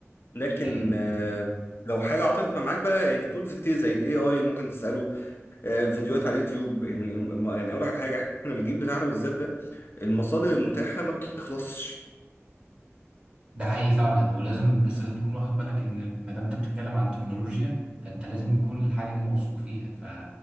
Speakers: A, on the left (about 50°); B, on the right (about 20°).
A: لكن
B: ايوه
A: آه، لو حاجه عطلت ما معاك بقى يعني تولز كتير زي الاي اي ممكن تساله آه، فيديوهات على اليوتيوب يعني يعني اقول لك على حاجه احنا الجيل بتاعنا بالذات ده المصادر المتاحه ما بتخلصش
B: ده حقيقي فعلا ولازم بس لازم تكون واخد بالك ان ما دام انت بتتكلم عن تكنولوجيا فانت لازم يكون الحاجه دي موثوق فيها ف